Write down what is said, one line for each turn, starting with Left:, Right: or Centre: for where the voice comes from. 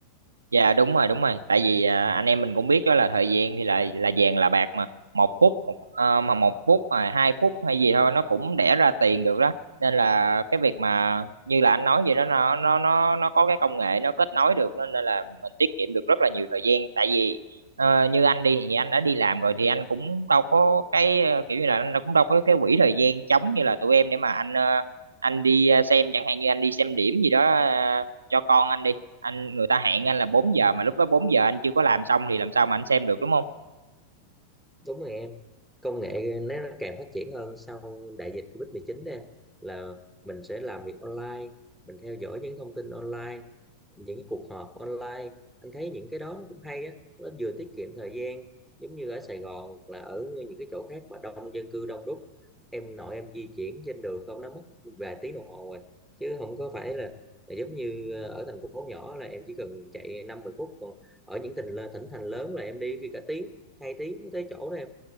Right: Dạ đúng rồi đúng rồi tại vì à, anh em mình cũng biết đó là thời gian thì là là vàng là bạc mà một phút một, ờ, mà một phút mà hai phút hay gì thôi nó cũng đẻ ra tiền được đó nên là cái việc mà như là anh nói vậy đó nó nó nó nó có cái công nghệ nó kết nối được nên nên là mình tiết kiệm được rất là nhiều thời gian tại vì ờ, như anh đi thì anh đã đi làm rồi thì anh cũng đâu có cái ờ, kiểu như là anh cũng đâu có cái quỹ thời gian trống như là tụi em để mà anh ờ, anh đi ờ, xem chẳng hạn như anh đi xem điểm gì đó ờ, cho con anh đi anh người ta hẹn anh là 4 giờ mà lúc đó 4 giờ anh chưa có làm xong thì làm sao mà anh xem được đúng không?
Centre: đúng rồi em công nghệ nó nó càng phát triển hơn sau đại dịch Covid-19 mười đây là mình sẽ làm việc online mình theo dõi những thông tin online những cái cuộc họp online anh thấy những cái đó nó cũng hay á nó vừa tiết kiệm thời gian giống như ở Sài Gòn hoặc là ở những cái chỗ khác mà đông dân cư đông đúc em nội em di chuyển trên đường không nó mất vài tiếng đồng hồ rồi chứ không có phải là là giống như ở thành phố nhỏ là em chỉ cần chạy năm mười phút còn ở những tỉnh thỉnh thành lớn là em đi khi cả tiếng hai tiếng mới tới chỗ đó em